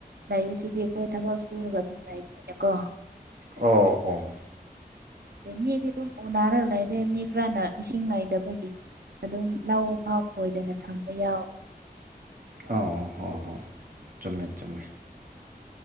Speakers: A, on the right; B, on the right.
A: ꯂꯩꯕꯁꯤꯗꯤ ꯑꯩꯈꯣꯏ ꯊꯕꯛ ꯁꯨꯔꯒ ꯑꯗꯨꯝ ꯂꯩꯕꯅꯤꯅꯀꯣ
B: ꯑꯣ ꯑꯣ
A: ꯂꯧ ꯃꯤꯗꯤ ꯑꯗꯨꯝ ꯎꯅꯔꯒ ꯂꯩꯔꯦ ꯃꯤ ꯈꯔꯅ ꯏꯁꯤꯡ ꯂꯩꯗꯕꯒꯤ ꯑꯗꯨꯝ ꯂꯧ ꯐꯥꯎ ꯈꯣꯏꯗꯅ ꯊꯝꯕ ꯌꯥꯎ
B: ꯑꯥꯎ ꯍꯣꯏ ꯍꯣꯏ ꯆꯨꯝꯃꯦ ꯆꯨꯝꯃꯦ